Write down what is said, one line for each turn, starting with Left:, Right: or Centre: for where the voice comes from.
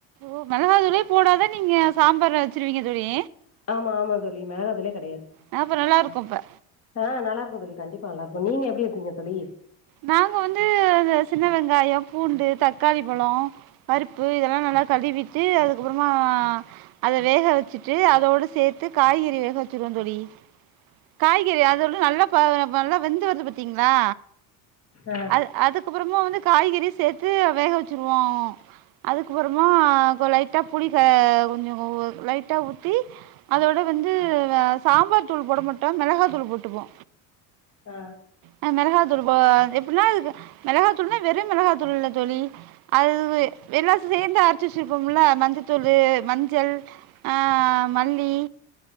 Right: ஓ மிளகாதூளே போடாதா நீங்க சாம்பார் வெச்சிருவீங்க தோழி
Left: ஆமா ஆமா தோழி மெளகாதூளே கெடையாது
Right: ஆ அப்ப நல்லா இருக்கு அப்ப
Left: ஆ நல்லா இருக்கு தோழி கண்டிப்பா நல்லா இருக்கு நீங்க எப்டி வெப்பீங்க தோழி
Right: நாங்க வந்து அ சின்ன வெங்காயம் பூண்டு தக்காளி பழோ பருப்பு இதெல்லா நல்லா கழுவிட்டு அதுக்கு அப்புறமா அத வேக வெச்சிட்டு அதோட சேத்து காய்கறி வேக வெச்சிருவோ தோழி காய்கறி அதுல நல்லா ப நல்ல ப வெந்து வருது பாத்தீங்களா
Left: ஆ
Right: அது அதுக்கு அப்புறமா வந்து காய்கறி சேத்து வேக வெச்சிருவோ அதுக்கப்புறமா கொ லைட்டா புளி க கொஞ்சோ கோ லைட்டா ஊத்தி அதோட வந்து சாம்பார் தூள் போட மட்டோ மெளகா தூள் போட்டுப்போ
Left: க
Right: அ மெளகா தூள் போ எப்டின்னா மெளகாத்தூள்னா வெறும் மெளகாய்தூள் இல்ல தோழி அதுவு எல்லா சேந்து அரைச்சி வெச்சிருப்போம் இல்ல மஞ்ச தூளு மஞ்சள் ஆ மல்லி